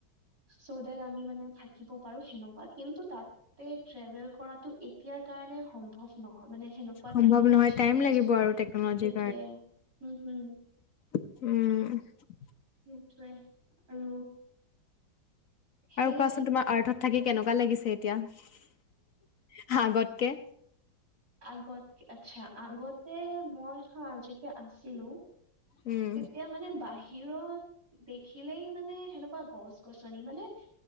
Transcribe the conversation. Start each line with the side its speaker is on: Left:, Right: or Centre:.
Right: চো দেট আমি মানে উচ কিব পাৰো সেনেকুৱা কিন্তু তাতে ট্ৰেভেল কৰাটো এতিয়াৰ কাৰণে সম্ভৱ নহয় মানে সেনেকুৱা
Left: সম্ভৱ
Right: টেকনলজি
Left: নহয় টাইম
Right: নাই একচুয়েলী
Left: লাগিব আৰু টেকনলজিৰ
Right: সেইটোৱে হুম- হুম।
Left: টুক উম উ উ।
Right: সেইটোৱে আৰু সেইয়াই
Left: আৰু কোৱাচোন তোমাৰ আৰ্থত থাকি কেনেকুৱা লাগিছে এতিয়া হা আগতকে?
Right: আগতকে আচ্ছা আগতে মই হা যেতিয়া আছিলো
Left: উম,
Right: তেতিয়া মানে বাহিৰত দেখিলেই মানে সেনেকুৱা গছ -গছনি মানে